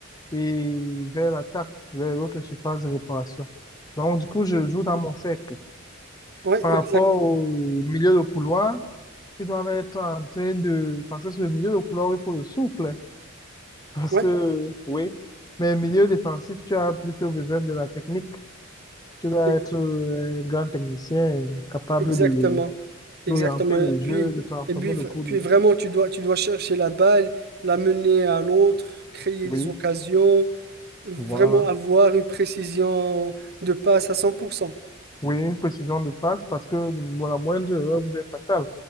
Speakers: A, on the left; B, on the right.
A: et vers l'attaque, vers l'autre surface de réparation. Donc, du coup, je joue dans mon cercle.
B: oui,
A: Par
B: exact.
A: rapport au milieu de couloir, qui doit être en train de... Parce que sur le milieu de couloir, il faut le souffle. hein. Parce
B: Oui,
A: que, oui. Mais milieu défensif, tu as plutôt besoin de la technique. Tu dois
B: e-
A: être euh, un grand technicien capable
B: exactement,
A: de
B: exactement.
A: d'orienter le
B: Et
A: jeu,
B: puis,
A: de transformer
B: et puis, v-
A: le coup
B: puis
A: de...
B: vraiment, tu dois, tu dois chercher la balle, la mener à l'autre, créer
A: Oui.
B: des occasions. Vraiment
A: Voilà.
B: avoir une précision de passe à cent pour cent
A: Oui, une précision de passe parce que bon, la moindre erreur vous est fatale.